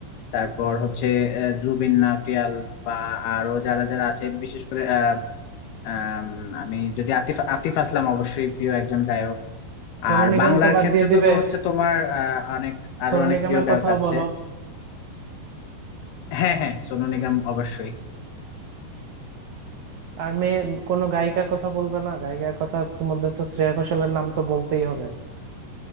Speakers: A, on the left; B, on the right.
A: তারপর হচ্ছে আহ, জুবিন নটিয়াল বা আরো যারা যারা আছে বিশেষ করে আম, আমি যদি আতিফ আতিফ আসলাম অবশ্যই প্রিয় একজন গায়ক
B: সোনু
A: আর
B: নিগমকে
A: বাংলার
B: বাদ
A: ক্ষেত্রে
B: দিয়ে দিবে
A: তো তো হচ্ছে তোমার আহ, অনেক আরো
B: সোনু
A: অনেক
B: নিগমের
A: প্রিয় গায়ক
B: কথাও
A: আছে
B: বলো
A: হ্যাঁ হ্যাঁ সোনু নিগম অবশ্যই
B: আর মেয়ে কোনো গায়িকার কথা বলবে না গায়িকার কথা তো মধ্যে তো শ্রেয়া ঘোষালের নাম তো বলতেই হবে